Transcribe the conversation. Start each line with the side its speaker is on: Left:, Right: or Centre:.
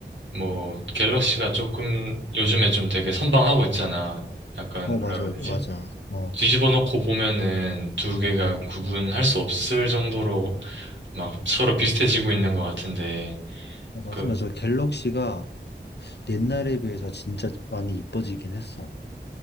Right: 뭐 갤럭시가 조금 요즘에 좀 되게 선방하고 있잖아. 약간
Left: 어
Right: 뭐라
Left: 맞아
Right: 해야 되지?
Left: 맞아 어,
Right: 뒤집어 놓고 보면은 두 개가 구분할 수 없을 정도로 막 서로 비슷해지고 있는 것 같은데.
Left: 어 맞아
Right: 그
Left: 맞아 갤럭시가 옛날에 비해서 진짜 많이 이뻐지긴 했어.